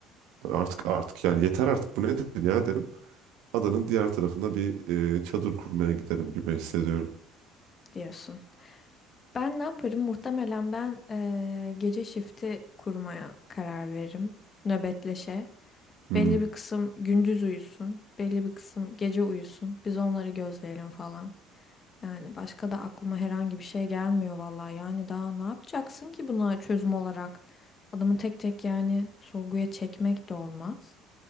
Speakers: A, on the right; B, on the left.
A: Artık artık yani yeter artık bu nedir ya derim. Adanın diğer tarafına bir e, çadır kurmaya giderim gibi hissediyorum.
B: diyorsun. Ben ne yaparım? Muhtemelen ben eee, gece shifti kurmaya karar veririm. Nöbetleşe.
A: Hmm.
B: Belli bir kısım gündüz uyusun. Belli bir kısım gece uyusun. Biz onları gözleyelim falan. Yani başka da aklıma herhangi bir şey gelmiyor vallahi. Yani daha ne yapacaksın ki buna çözüm olarak? Adamı tek tek yani sorguya çekmek de olmaz.